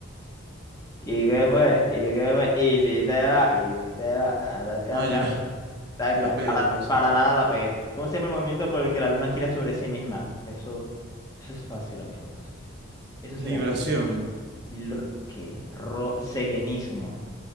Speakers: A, on the left; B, on the right.
A: ¿Y qué fue? ¿Y qué fue? ¿Y si te va? ¿Y si te va? Ataca,
B: Ah,
A: ataca,
B: ya.
A: ataca.
B: Y la pega
A: Para,
B: de paso.
A: para nada la pegué. ¿Cómo se llama el movimiento por el que la luna gira sobre sí misma? Eso, eso es fácil, amigos. Eso se
B: Libración.
A: llama. l- ¿Qué? Ro- selenismo.